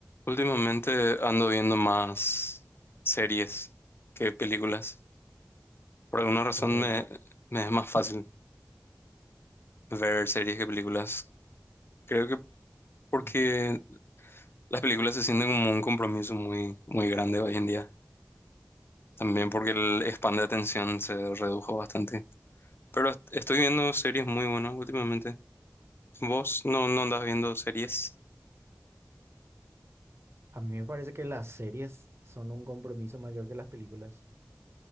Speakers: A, on the left (about 45°); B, on the right (about 55°).
A: Últimamente ando viendo más series que películas. Por alguna razón
B: Controversial.
A: me, me es más fácil ver series que películas. Creo que porque
B: Mm.
A: las películas se sienten como un compromiso muy, muy grande hoy en día. También porque el span de atención se redujo bastante. Pero est- estoy viendo series muy buenas últimamente. ¿Vos no, no andas viendo series?
B: A mí me parece que las series son un compromiso mayor que las películas,